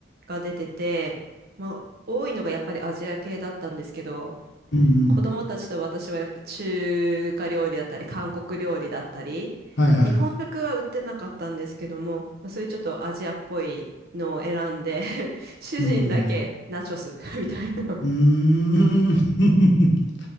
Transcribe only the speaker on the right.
が出てて、まあ、多いのがやっぱりアジア系だったんですけど、
子供たちと私はやっぱ中華料理だったり、韓国料理だったり、
日本食は売ってなかったんですけども、まあ、そういうちょっとアジアっぽいのを選んで <laughs> 主人だけナチョス
<laughs> みたいな。